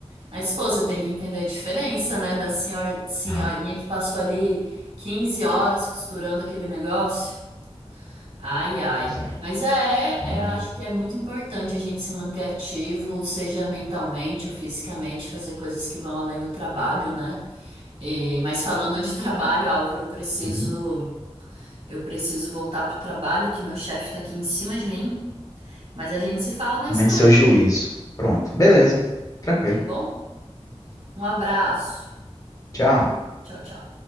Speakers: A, on the right; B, on the left.
A: Mas, pô, você tem que entender a diferença, né, da senhor, senhorinha
B: Ah,
A: que passou ali 15 horas costurando aquele negócio. Ai, ai.
B: já.
A: Mas é,
B: Não
A: é, é, eu
B: é.
A: acho que é muito importante a gente se manter ativo, seja mentalmente ou fisicamente, fazer coisas que vão além do trabalho, né? E, mas falando de trabalho, Álvaro, eu preciso,
B: Uhum.
A: eu preciso voltar pro trabalho, que meu chefe tá aqui em cima de mim. Mas a gente se fala mais
B: Menos
A: tarde,
B: seu juízo. Pronto, beleza, tranquilo.
A: tá bom? Um abraço.
B: Tchau.
A: Tchau, tchau.